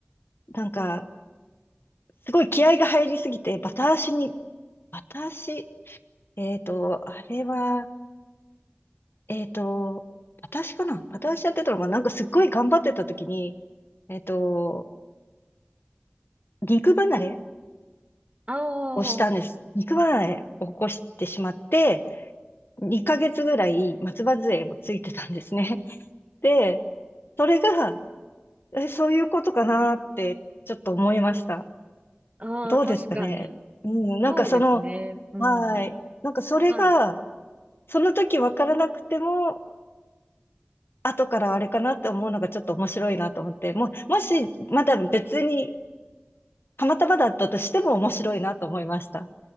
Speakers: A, on the left (about 65°); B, on the right (about 35°).
A: なんか、すごい気合が入りすぎて、バタ足に、バタ足、えっと、あれは、えっと、バタ足かなバタ足やってたのが、なんかすっごい頑張ってた時に、えっと、肉離れ
B: ああ、
A: をしたんです。肉離れを起こしてしまって、2ヶ月ぐらい松葉杖をついてたんですね。で、それが、え、そういうことかなって、ちょっと思いました。
B: ああ、
A: どうですかね。
B: 確かに。
A: うん、なんかその、
B: そうですね。うん。
A: はい。なんかそれが、
B: まあ
A: その時わからなくても、後からあれかなって思うのがちょっと面白いなと思って、もう、もし、まだ別に、たまたまだったとしても面白いなと思いました。